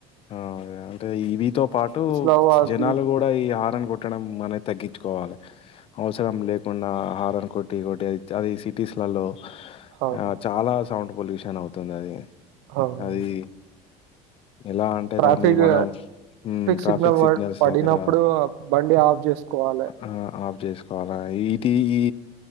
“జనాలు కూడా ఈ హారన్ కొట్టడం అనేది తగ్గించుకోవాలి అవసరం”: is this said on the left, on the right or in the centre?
Left